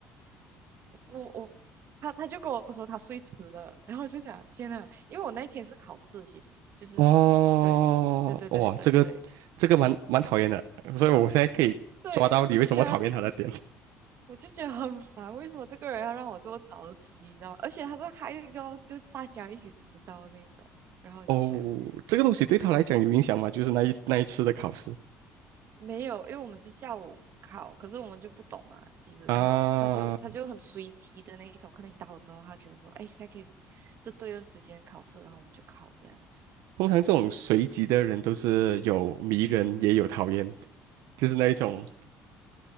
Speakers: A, on the right; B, on the right.
A: 我我他他就跟我说他睡迟了，然后我就想天呐，因为我那一天是考试，其实就是对对对对对对，
B: 哦，哇，这个这个蛮蛮讨厌的，
A: 嗯。
B: 所以我现在可以抓到你为什么讨厌他的点。
A: <laughs> 对，我就觉得，我就我就觉得很烦，为什么这个人要让我这么早起，你知道吗？而且他说还有要就大家一起迟到那种，然后就觉得
B: 哦，这个东西对他来讲有影响吗？就是那一那一次的考试
A: 没有，因为我们是下午考，可是我们就不懂嘛，几时考，
B: 啊，
A: 他就他就很随机的那一种，可能你到了之后，他觉得说，哎，现在可以是是对的时间考试，然后我们就考这样，
B: 通常这种随机的人都是有迷人也有讨厌，
A: 对，
B: 就是那一种，